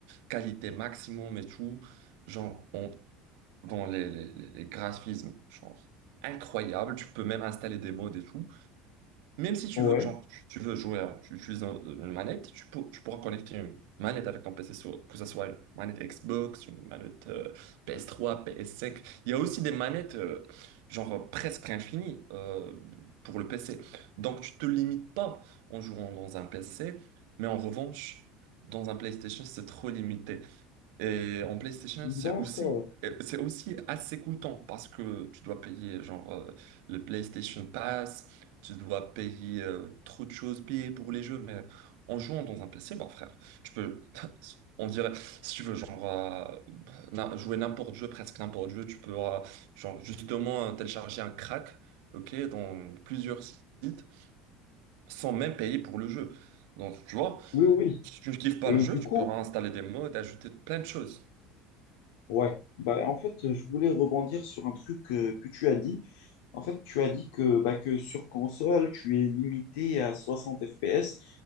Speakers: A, on the right; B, on the left.
A: qualité maximum et tout. Genre, dans les, les- les- les graphismes, genre incroyable. Tu peux même installer des mods et tout. Même si tu
B: ouais,
A: veux, genre, tu, tu veux jouer, hein, tu utilises un- euh, une manette, tu, peux- tu pourras connecter une manette avec ton PC, sur- que ce soit une manette Xbox, une manette euh, PS3, PS5. Il y a aussi des manettes, euh, genre euh, presque infinies euh, pour le PC. Donc tu te limites pas en jouant dans un PC, mais en revanche, dans un PlayStation, c'est trop limité. Et en PlayStation, c'est
B: d'accord.
A: aussi, euh, c'est aussi assez coûteux parce que tu dois payer genre euh, le PlayStation Pass, tu dois payer euh, trop de choses, payer pour les jeux, mais en jouant dans un PC, bah frère, tu peux, <laughs> on dirait, si tu veux, genre euh, na- jouer n'importe jeu, presque n'importe jeu, tu peux euh, genre justement euh, télécharger un crack, ok, dans plusieurs sites, sans même payer pour le jeu. Donc tu vois,
B: Oui, oui.
A: si tu ne kiffes pas
B: Et
A: le jeu,
B: du
A: tu
B: coup,
A: peux installer des mods, ajouter plein de choses.
B: Ouais, bah, en fait, je voulais rebondir sur un truc euh, que tu as dit. En fait, tu as dit que, bah, que sur console, tu es limité à 60 FPS.